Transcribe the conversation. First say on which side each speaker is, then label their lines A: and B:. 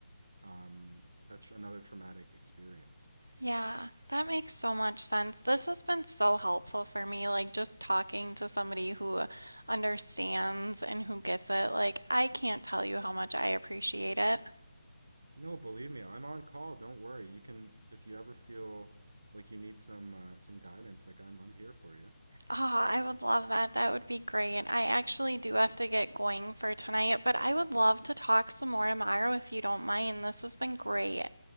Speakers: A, on the right; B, on the right.
A: um, a tr another traumatic experience,
B: Yeah,
A: you know.
B: that makes so much sense. This has been so helpful for me, like just talking to somebody who understands and who gets it. Like, I can't tell you how much I appreciate it.
A: No, believe me, I'm on call. Don't worry. You can, if you ever feel like you need some uh, some guidance, like I'm I'm here for you.
B: Oh, I would love that. That would be great. I actually do have to get going for tonight, but I would love to talk some more tomorrow if you don't mind. This has been great.